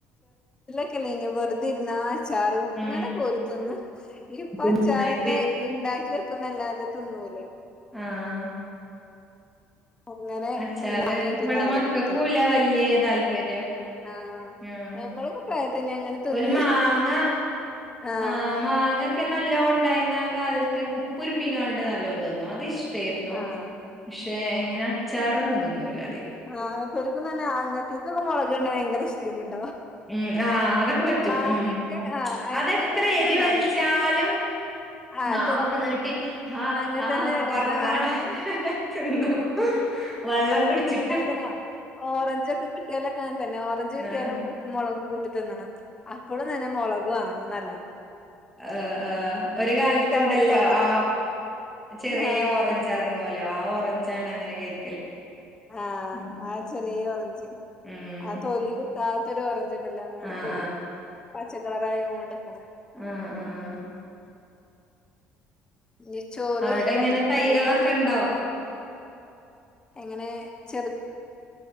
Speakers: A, on the left; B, in the centre.
A: ക്കില്ല വെറുതെരുന്നാൽ അച്ചാറ്
B: ഉം
A: ഇങ്ങനെ കോരിത്ത്ന്ന് ഇപ്പൊ അച്ചാറെന്നെ
B: ഉം നെയ്പ്
A: ഇണ്ടാക്കി വെ ക്ക്ന്നല്ലാതെ തിന്നൂല
B: ആഹ്
A: അങ്ങനെ
B: അച്ചാറ്
A: വാങ്ങിക്കുന്ന
B: ഇവിടെ
A: ആറുമൂട്ടക്ക്
B: മക്കക്കുല്ല വല്യയ താല്പര്യം
A: ആഹ്
B: ഉം
A: ഞമ്മളൊക്കെ പ്രായത്തിന് അങ്ങനെ തിന്ന്
B: ഒരു മാങ്ങ
A: ആഹ്
B: ആഹ മാങ്ങക്കെ നല്ലോം ഇണ്ടായി കാൽത്തെ ഉപ്പുരുമിങ്ങാണ്ട് ന ല്ലോം തിന്നു അതിഷ്ടായിരുന്നു
A: ആഹ്
B: പക്ഷെ എങ്ങനെ അ ചാറോന്നും തിന്നൂല്ല
A: ആഹ എന്തൊരു അതന്നെ അങ്ങത്തീക്കക്കെ മുളകുകണ്ട ഭയങ്കര ഇഷ്ടേനിണ്ട്
B: ഉം ആ അതൊക്കെ പറ്റും
A: മാങ്ങയൊക്കെ
B: ഉം
A: ആഹ്
B: അതെത്ര
A: അങ്ങനത്തതൊക്കെ
B: എരി
A: തിന്നാൻ
B: വലിച്ചാലും
A: വയ്ക്കും ആഹ്
B: നാവൊക്കെ
A: തിന്നും
B: നീട്ടി ആ
A: അങ്ങനെ
B: ആന്നൊക്കെ
A: തന്നെ ഇടെ
B: പറഞ്ഞ്ങ്ങാണ്ട്
A: ആഹ്
B: തിന്നും വെള്ളം കുടിച്ചി
A: അതങ്ങനാ ഓറഞ്ചൊക്കെ കിട്ടിയാല് <unintelligible> തന്നെ ഓറഞ്ച് കിട്ടിയാലും
B: ഏഹ്
A: ഉപ്പും മുളകും കൂ ഇ തിന്നണം അപ്പഴും തന്നെ മുളക് വാ നല്ലോം
B: ഹ ആ ഒരു കാലത്തുണ്ടല്ലോ
A: അവർക്കപ്പ അത്
B: ആ ചെറിയ
A: ആഹ്
B: ഓറഞ്ച് ഇറങ്ങുവ ലാ ഓ ഓറഞ്ചാണ് അങ്ങനെ കഴിക്കല്
A: ആഹ
B: ഉം
A: ആ ചെറിയ ഓറഞ്ച്
B: ഉം
A: ആ തോലി താത്തൊരു ഓറഞ്ചു അങ്ങനെത്തോൽ
B: ആഹ്
A: പച്ച- പ്രായം <unintelligible> ക്കണം
B: ആഹ ആഹ
A: ഉം ഇനി ചോറ്
B: അവിടെ എങ്ങനെ
A: രാത്രിക്കക്കില്ലേ
B: തൈകളൊക്കെ ഇണ്ടോ
A: എങ്ങനെ ചെർത്